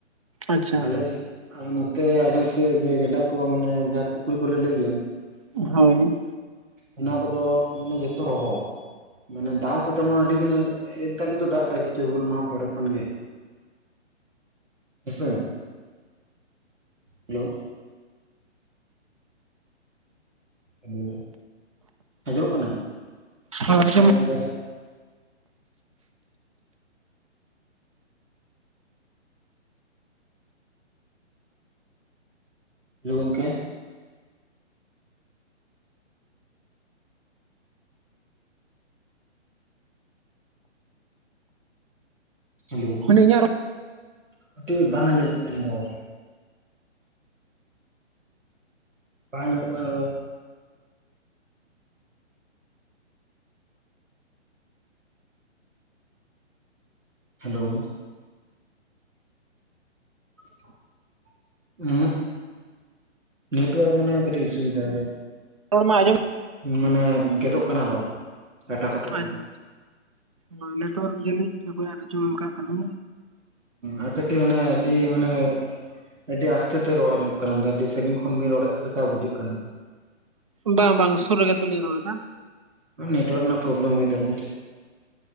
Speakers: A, on the right; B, on the right.
A: ᱟᱪᱪᱷᱟ
B: ᱟᱞᱮ ᱟᱨ ᱱᱚᱛᱮ ᱟᱞᱮ ᱥᱮᱫ ᱡᱟᱦᱟ ᱜᱟᱰᱟ ᱠᱚ ᱢᱟᱱᱮ ᱡᱟᱦᱟ ᱯᱩᱠᱷᱨᱤ ᱠᱚᱞᱮ ᱞᱟᱹᱭ ᱜᱮᱭᱟ
A: ᱦᱳᱭ᱾
B: ᱚᱱᱟ ᱠᱚᱫᱚ ᱢᱟᱱᱮ ᱡᱚᱛᱚ ᱨᱚᱦᱚᱲ᱾ ᱢᱟᱱᱮ ᱫᱟᱜ ᱦᱚᱛᱚ ᱛᱮᱢᱚᱱ ᱟᱹᱰᱤ ᱫᱤᱱᱮ ᱱᱮᱜᱼᱮ ᱱᱮᱛᱟᱨ ᱜᱮ ᱛᱚᱭ ᱫᱟᱜ ᱫᱟ ᱠᱤᱪᱷᱩ ᱦᱩᱞ ᱢᱟᱦᱟ ᱯᱚᱨᱮ ᱠᱷᱚᱱ ᱜᱮ᱾ ᱦᱮᱸᱥᱮ? ᱦᱮᱞᱳ᱾ ᱦᱮᱞᱳ ᱟᱸᱡᱚᱢᱚᱜ ᱠᱟᱱᱟ?
A: ᱦᱳᱭ ᱟᱸᱡᱚᱢ
B: ᱦᱮᱞᱳ ᱜᱚᱢᱠᱮ᱾ ᱦᱮᱞᱳ ᱜᱚᱢᱠᱮ᱾ ᱦᱮᱞᱳ
A: ᱢᱟᱱᱮ ᱤᱧᱟᱹᱜ
B: ᱠᱟᱹᱴᱤᱡ ᱵᱟᱝ ᱟᱸᱡᱚᱢᱚᱜ ᱠᱟᱱᱟ ᱨᱚᱲ᱾ ᱵᱟᱝ ᱟᱸᱡᱚᱢᱚᱜ ᱠᱟᱱᱟ ᱨᱚᱲ᱾ ᱦᱮᱞᱳ᱾ <inaudible> ᱮᱸᱦᱮᱸᱜ᱾ ᱱᱮᱴᱚᱣᱟᱨᱠ ᱢᱚᱱᱮᱦᱚᱭ ᱠᱟᱹᱴᱤᱡ ᱤᱥᱩᱭᱮᱫᱟ?
A: ᱨᱚᱲ ᱢᱟ ᱟᱸᱡᱚᱢᱚᱜ
B: ᱢᱟᱱᱮ ᱜᱮᱫᱚᱜ ᱠᱟᱱᱟ ᱨᱚᱲ᱾ ᱠᱟᱴᱟ ᱠᱟᱴᱚᱜ ᱠᱟᱱᱟ
A: ᱟᱪᱪᱷᱟ ᱦᱳᱭ᱾ ᱱᱮᱴᱣᱟᱨᱠ ᱡᱟᱹᱱᱤᱡ ᱚᱠᱚᱭᱟᱜ ᱨᱮᱪᱚ ᱚᱱᱠᱟᱜ ᱠᱟᱱᱟ᱾
B: ᱟᱨ ᱠᱟᱹᱴᱤᱡ ᱢᱟᱱᱮ ᱟᱹᱰᱤ ᱢᱟᱱᱮ ᱟᱹᱰᱤ ᱟᱥᱛᱮ ᱛᱮ ᱨᱚᱲ ᱟᱸᱡᱚᱢᱚᱜ ᱠᱟᱱᱟ᱾ ᱟᱹᱰᱤ ᱥᱟᱺᱜᱤᱧ ᱠᱷᱚᱱ ᱵᱤᱱ ᱨᱚᱲᱮᱫ ᱞᱮᱠᱟ ᱵᱩᱡᱟᱹᱜ ᱠᱟᱱᱟ᱾
A: ᱵᱟᱝ ᱵᱟᱝ ᱥᱩᱨ ᱨᱮᱜᱮ ᱛᱚ ᱞᱤᱧ ᱨᱚᱲ ᱮᱫᱟ᱾
B: ᱱᱮᱴᱚᱣᱟᱨᱠ ᱱᱟᱜ ᱯᱨᱳᱵᱞᱮᱢ ᱦᱳᱭ ᱫᱟᱲᱮᱭᱟᱜᱼᱟ᱾